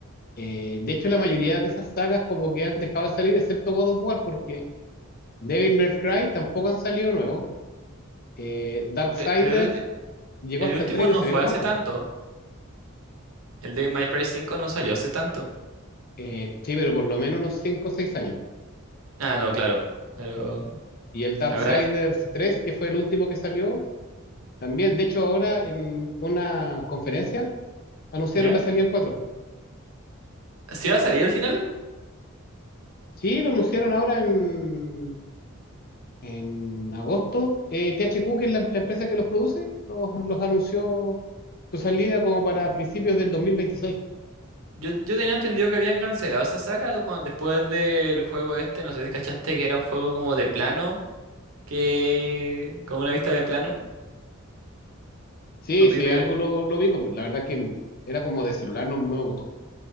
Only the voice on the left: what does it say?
eh, de hecho la mayoría de esas sagas como que han dejado de salir, excepto God of War, porque Devil May Cry tampoco han salido nuevos. Eh, Darksiders
llegó
hasta
el 3 y
no salieron
más, po.
Eh,
eh, sí, pero por lo menos unos 5 o 6 años.
Y el Darksiders
3, que fue el último que salió, también. De hecho, ahora en una conferencia anunciaron
la salida del 4.
Sí, lo anunciaron ahora en, en agosto. Eh, THQ, que es la, la empresa que los produce, los, los anunció su salida como para principios del 2026.
Sí,
sí,
algo lo, lo vi. La verdad que era como de celular, no, no me gustó.